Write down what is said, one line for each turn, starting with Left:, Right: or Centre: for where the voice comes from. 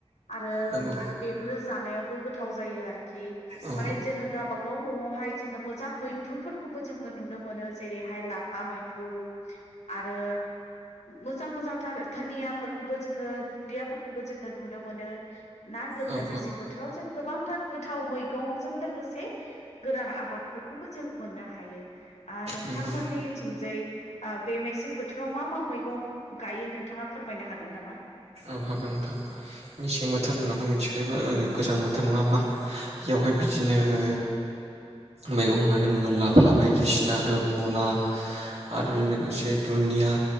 Left: आरो
Right: नंगौ
Left: बेफोरो जानायाव बो गोथाव जायो आरो खि
Right: औ
Left: माने जोङो गावाबागाव न'आवहाय जोङो मोजां मैद्रुफोरखौबो जोङो नुनो मोनो जेरै बेहाय लाफा मैद्रु आरो मोजां मोजांथार धुनियाफोरखौबो जोङो दुन्दियाफोरखौबो जोङो नुनो मोनो ना
Right: औ नंगौ
Left: मेसें बोथोराव जों गोबांथार गोथाव मै गंजों लोगोसे गोरान आबादफोरखौबो जों मोननो हायो आ नोंथांमोननि
Right: नंगौ
Left: थंजै बे मेसें बोथोराव मा मा मैगं गायो नोंथाङा फोरमायनो हागोन नामा?
Right: औहागोन नोंथां मेसें बोथोर होननाथ' मिथिखायोा गोजां बोथोर नङा होमबा? बेयावहाय बिदिनो ओ मैगं होननानै बुङो लाफा बायदिसिना ओ मुला आरो बेजों लोगोसे दुदिया